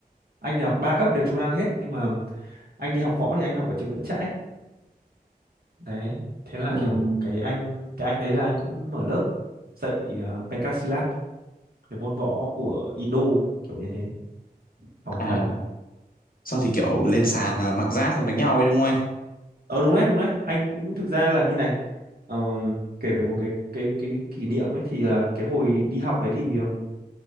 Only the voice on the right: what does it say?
anh thì học ba cấp đều Trung An hết nhưng mà anh đi học võ thì anh học ở trường Nguyễn Trãi đấy thế là
kiểu cái anh cái anh đấy là anh cũng mở lớp dạy uh, Pencak cái môn võ của Indo ấy kiểu như thế phòng
thân
ờ đúng đấy đúng đấy anh cũng thực ra là như này Ờm, kể về một cái cái cái kỷ niệm ấy thì là cái hồi đi học đấy thì ờm,